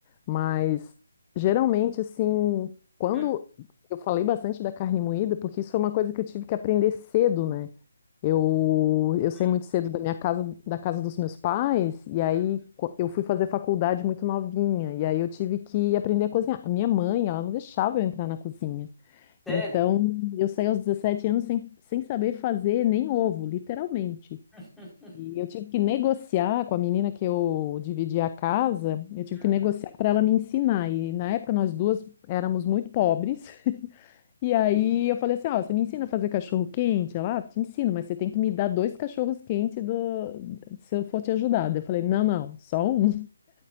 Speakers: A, on the left; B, in the centre.
A: Mas geralmente assim, quando
B: hum,
A: eu falei bastante da carne moída porque isso foi uma coisa que eu tive que aprender cedo, né? Eu, eu saí
B: hum,
A: muito cedo da minha casa, da casa dos meus pais, e aí
B: hum.
A: co- eu fui fazer faculdade muito novinha, e aí eu tive que aprender a cozinhar. A minha mãe, ela não deixava eu entrar na cozinha.
B: Sério?
A: Então, eu saí aos 17 anos sem, sem saber fazer nem ovo, literalmente.
B: <laughs>
A: E eu tive que negociar com a menina que eu dividi a casa, eu tive
B: Uhum.
A: que negociar para ela me ensinar. E na época nós duas éramos muito pobres. <laughs> E aí eu falei assim, ó, você me ensina a fazer cachorro quente? Ela, ah, te ensino, mas você tem que me dar dois cachorros quentes do... se eu for te ajudar. Daí Eu falei, não, não, só um.